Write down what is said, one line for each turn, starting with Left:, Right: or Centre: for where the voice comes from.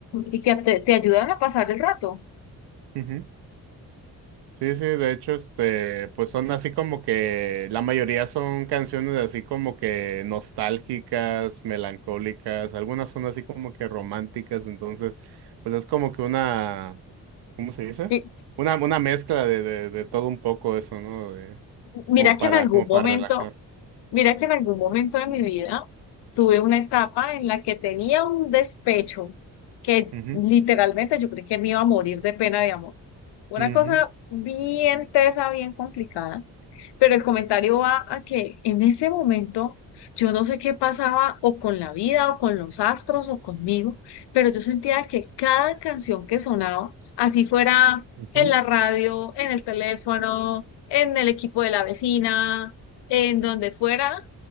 Left: y que te, te ayudan a pasar el rato.
Right: ujú. Sí, sí, de hecho, este, pues son así como que la mayoría son canciones así como que nostálgicas, melancólicas, algunas son así como que románticas, entonces, pues es como que una, ¿cómo se dice?
Left: Y
Right: Una, una mezcla de, de, de todo un poco eso, ¿no? De,
Left: Mira
Right: como
Left: que
Right: para,
Left: en algún
Right: como
Left: momento
Right: para relajar.
Left: Mira que en algún momento de mi vida tuve una etapa en la que tenía un despecho que
Right: Ujú,
Left: literalmente yo creí que me iba a morir de pena de amor. Una
Right: ujú,
Left: cosa bien tesa, bien complicada, pero el comentario va a que en ese momento yo no sé qué pasaba o con la vida o con los astros o conmigo, pero yo sentía que cada canción que sonaba, así fuera
Right: ujú,
Left: en la radio, en el teléfono, en el equipo de la vecina, en donde fuera